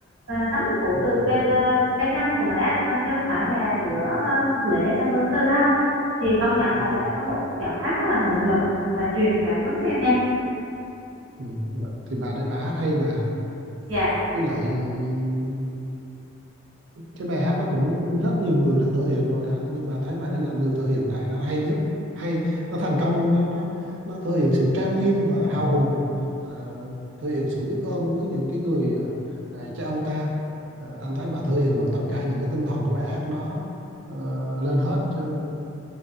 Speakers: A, on the right (about 75°); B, on the right (about 60°).
A: Ờ, sống của
B: Ừ.
A: từ kênh ờ, cá nhân của mẹ ờ, chứ không phải là bữa
B: Ừ.
A: ờ, lễ 30 tháng 4 đâu thì công nhận
B: Ừ.
A: là
B: Ừ.
A: mẹ có một giọng hát rất là nội lực và truyền cảm hứng em nha
B: Ừ. Thì bà đấy bà hát hay mà
A: dạ
B: với lại ừm, cái bài hát đó cũng rất nhiều người đã thể hiện rồi á nhưng mà thấy bài đấy là người thể hiện lại là hay nhất hay nó thành công nó nó nó thể hiện sự trang nghiêm và hào hùng à, thể hiện sự biết ơn với những cái người à, à, cha ông ta à, anh thấy bà thể hiện được tất cả những cái tinh thần của bài hát đó ờ, lên hết chứ